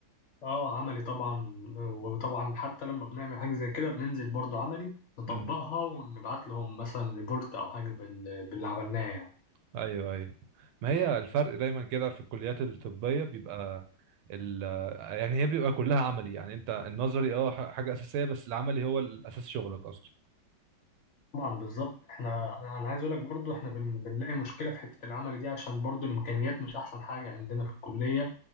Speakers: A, on the left (about 55°); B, on the right (about 85°).
A: اه عملي طبعا وطبعا حتى لما بنعمل حاجة زي كده بننزل برضو عملي نطبقها
B: امم
A: ونبعت لهم مثلا ريبورت او حاجة بال- باللي عملناه يعني
B: ايوه ايوه ما هي الفرق دايما كده في الكليات الطبيه بيبقى ال يعني هي بيبقى كلها عملي يعني انت النظري اه ح- حاجه اساسيه بس العملي هو الاساس شغلك اصلا
A: طبعا بالظبط احنا انا عايز اقول لك برضو احنا بن... بنلاقي مشكله في حته العمل دي عشان برضو الامكانيات مش احسن حاجه عندنا في الكليه